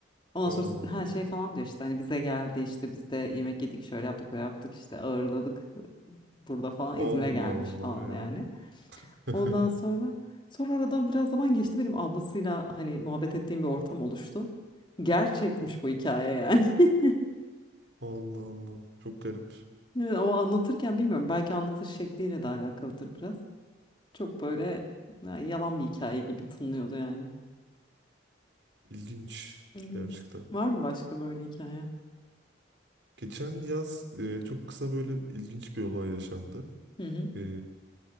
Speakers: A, on the left; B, on the right.
A: Ondan
B: Allah
A: sonra s- ha
B: Allah.
A: şey falan diyor işte hani bize geldi işte biz de yemek yedik şöyle yaptık böyle yaptık işte ağırladık burada falan
B: Allah
A: İzmir'e gelmiş
B: Allah
A: falan
B: ya.
A: yani.
B: <laughs>
A: Ondan sonra sonra aradan biraz zaman geçti benim ablasıyla hani muhabbet ettiğim bir ortam oluştu. Gerçekmiş bu hikaye yani. <laughs>
B: Allah Allah. Çok garip.
A: Evet, o anlatırken bilmiyorum belki anlatış şekliyle de alakalıdır biraz. Çok böyle yani yalan bir hikaye gibi tınlıyordu yani.
B: İlginç.
A: Evet.
B: Gerçekten.
A: Var mı başka böyle hikaye?
B: Geçen yaz e, çok kısa böyle ilginç bir olay yaşandı.
A: Hı hı.
B: E,